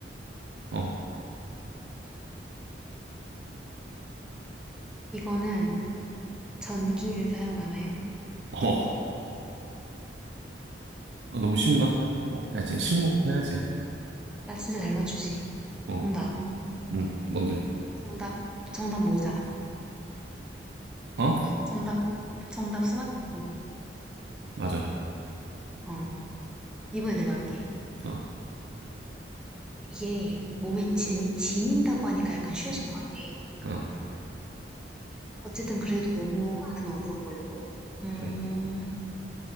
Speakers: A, on the right (about 70°); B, in the centre.
A: 어,
B: 이거는 전기를 사용하나요?
A: 어. 어, 너무 쉬운가? 어, 야, 진짜 쉬운 거부터 해야지.
B: 나 진짜 잘 맞추지.
A: 어,
B: 정답.
A: 응, 뭔데?
B: 정답. 정답 모자.
A: 어?
B: 정답. 정답 스마트폰.
A: 맞아.
B: 어. 이번에 내가 할게.
A: 어,
B: 이게 몸에 지, 지닌다고 하니까 약간 쉬워진 것 같아.
A: 어,
B: 어쨌든 그래도 너무 안 어려운 걸로. 음,
A: 그래.